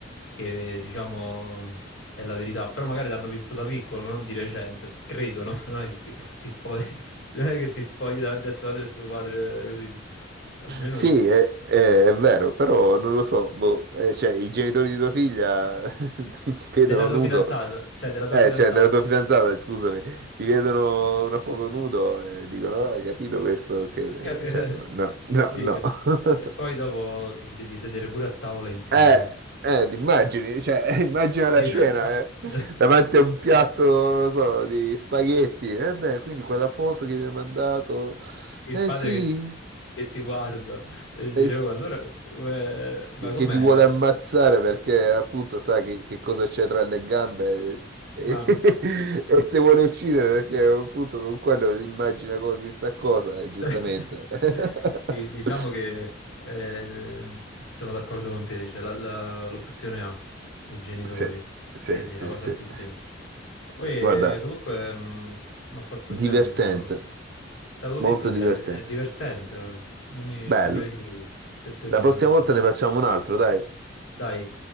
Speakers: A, on the left; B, on the right.
A: che diciamo è la verità, però magari l'hanno visto da piccolo, non di recente, credono, <laughs> non è che ti, ti spogli, <laughs> non è che ti spogli davanti a tua madre e tuo padre così, almeno
B: Sì,
A: io.
B: è, è- è vero, però non lo so, boh, eh, cioè, i genitori di tua figlia <laughs> ti
A: Della
B: vedono
A: tua
B: nudo,
A: fidanzata, cioè della tua
B: eh,
A: fidanzata.
B: cioè della tua
A: <laughs>
B: fidanzata, scusami, ti vedono una foto nudo e dicono, "Ah, hai capito questo? Che...
A: Eh, eh,
B: Cioè, no, no, no.
A: sì,
B: no."
A: e, e- e
B: <laughs>
A: poi dopo ti ci devi sedere pure a tavola insieme,
B: Eh,
A: capito?
B: eh, ti immagini, cioè, <laughs> immagina la
A: Dico-
B: scena, eh,
A: <laughs>
B: davanti a un piatto, non lo so, di spaghetti, eh beh, quindi quella foto che mi ha mandato,
A: Il
B: eh
A: padre
B: sì.
A: che, che ti guarda
B: <laughs>
A: e dicevo, allora, eh, ma
B: che, che
A: com'era?
B: ti vuole ammazzare perché appunto sa che, che cosa c'è tra le gambe
A: Ma
B: e,
A: <laughs>
B: <laughs> e te vuole uccidere perché appunto con quello si immagina co- chissà cosa, e giustamente.
A: <laughs>
B: <laughs>
A: Sì, diciamo che eh, sono d'accordo con te, cioè la- la- l'opzione A, i genitori.
B: Sì, sì,
A: Sì, sì,
B: sì,
A: la cosa
B: sì.
A: più semplice. E,
B: Guarda,
A: comunque mi ha fatto,
B: divertente,
A: cioè, mi sono... T'avevo
B: molto
A: detto, cioè,
B: divertente.
A: è divertente, non mi,
B: Bello.
A: non mi avevi creduto. Ti è piaciuto,
B: La prossima
A: vabbè.
B: volta ne facciamo un altro, dai.
A: Dai,